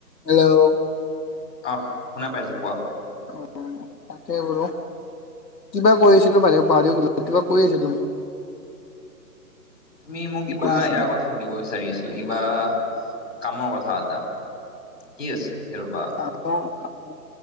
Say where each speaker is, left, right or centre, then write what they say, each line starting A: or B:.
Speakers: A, on the left; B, on the left.
A: হেল্ল'!
B: অহ শুনা পাইছোঁ। কোৱা?
A: অ তাকে বোলো কিবা কৰি আছিলো বাহিৰৰে পাহৰি গলো কিবা কৈ আছিলো মই
B: তুমি মোক
A: কি
B: কিবা
A: কৰি আছিলো
B: এয়াৰ কথা সুধিব বিচাৰি আছিলা। কিবা কামৰ কথা এটা কি আছিল ৰবা।
A: কামৰ কথা কি